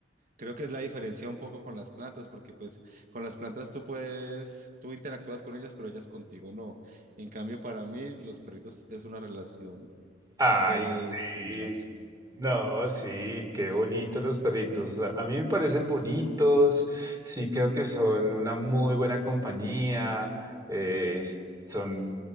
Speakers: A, on the right; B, on the right.
A: Creo que es la diferencia un poco con las plantas, porque pues con las plantas tú puedes, tú interactúas con ellas, pero ellas contigo no. En cambio, para mí los perritos es una relación
B: Ay,
A: eh,
B: <laughs> sí.
A: unilateral.
B: No, sí, qué bonitos los perritos. A a mí me parecen bonitos, sí creo que son una muy buena compañía, eh, s- son